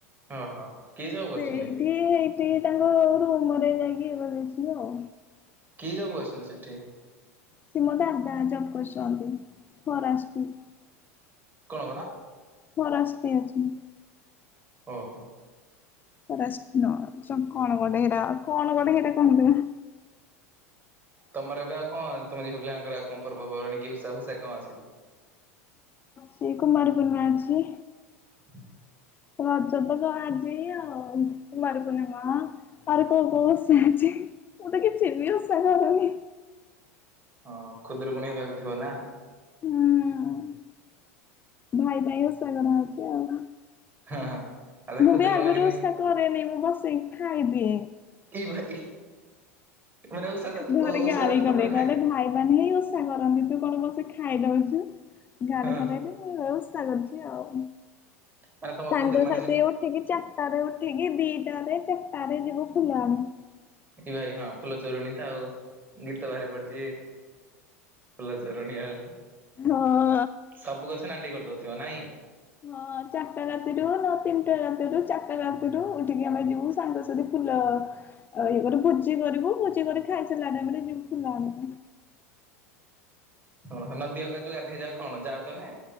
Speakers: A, on the right; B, on the left.
A: ଓହୋ କି ଜବ୍
B: ସେଇଠି
A: କରୁଛନ୍ତି
B: ହେଇଠି ତାଙ୍କ ରୁମ ରେ ଯାଇକି ବନେଇ ଥିଲୁ ଆଉ।
A: କି ଜବ କରିଛନ୍ତି ସେଠି?
B: ସେ ମୋ ଦାଦା ଜବ କରଛନ୍ତି ଫରାଷ୍ଟି
A: କଣ କଣ?
B: ଫରାଷ୍ଟି ଅଛି।
A: ଓହୋ।
B: ଫରାଷ୍ଟି ନୁହ ଚ କଣ ଗୋଟେ ହେଇରା କଣ ଗୋଟେ ହେରା କହନ୍ତି ମ
A: ତମର ଏବେ ଆଉ କଣ ତମ ଝିଅ ପିଲାଙ୍କର ଆଉ କଣ ପର୍ବ ପର୍ବାଣୀ କି ଉଷା ଫୁଷା କଣ ଅଛି?
B: ସେଇ କୁମାର ପୂର୍ଣ୍ଣିମା ଅଛି।
A: <inaudible>
B: ରଜ ତ କ ଆଜି ଆଉ କୁମାର ପୂର୍ଣ୍ଣିମା ଆରେ କୋଉ କୋଉ ଓସା ଅଛି ମୁଁ ତ କିଛି ବି ଓସା କରୁନି।
A: ହଁ ଖୁଦୁରୁକୁଣି ହକା ବି ଥିବା ନା।
B: ହୁଁ ଭାଇ ପାଇଁ ଓଷା କରା ହଉଚି ଆଉ।
A: ହଁ ହଁ। ଆବେ
B: ମୁଁ
A: ଖୁଦୁରୁକୁଣୀ
B: ବି ଆଗରୁ
A: କେମିତି
B: ଓଷା କରେନି ମୁଁ ବସିକି ଖାଇଦିଏ।
A: ଇ ଭାଇ ମାନେ ଓଷା ଜାଲ
B: ଘରେ
A: ଓଷା
B: ଗାଳି
A: ଜାଲ ତ
B: କଲେ
A: ତମେ
B: କହିଲେ
A: ଖାଇଦିଅ।
B: ଭାଇମାନେ ହିଁ ଓଷା ଓଷା କରନ୍ତି ତୁ କଣ ବସି ଖାଇ ଦଉଚୁ ଗାଳି
A: ହଁ
B: କଲେ ହେଇଠୁ। ଏ ଏ ଓଷା କରୁଚି ଆଉ
A: ମାନେ ତମ
B: ସାଙ୍ଗ
A: ଖୁଦୁରୁ ମାନେ
B: ସା
A: ଯୋଉ
B: ଉଠିକି ଚାରିଟାରେ ଉଠିକି ଦିଟାରେ ଚାରିଟରେ ଯିବୁ ଫୁଲ ଆଣି।
A: ଏଇ ଭାଇ ହଁ ଫୁଲ ଚୋରଣି ତ ଆଉ ଗୀତ ବାହାରି ପଡିଚି। ଫୁଲ ଚୋରଣୀ ଆଉ।
B: ହଁ।
A: ସବୁ ଗଛ ନାଣ୍ଡି କରିଦଉଥିବ ନାଇଁ?
B: ହଁ ଚାରିଟା ରାତିରୁ ନ ତିନିଟା ରାତି ରୁ ଚାରିଟା ରାତିରୁ ଉଠିକି ଆମେ ଯିବୁ ସାଙ୍ଗ ସାଦି ଫୁଲ ଇଏ କରୁ ଭୋଜି କରିବୁ ଭୋଜି କରି ଖାଇସାରିଲା ଟାଇମ ରେ ଯିବୁ ଫୁଲ ଆଣି।
A: ଓ ନଦୀ ହକା ଯୋଉ ଗାଧେଇ ଯାଅ କଣ ଯାଅ ତମେ?